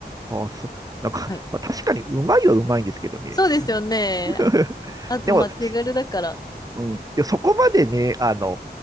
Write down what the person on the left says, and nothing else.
はい。
そうですよね。
あと、
まあ、手軽だから。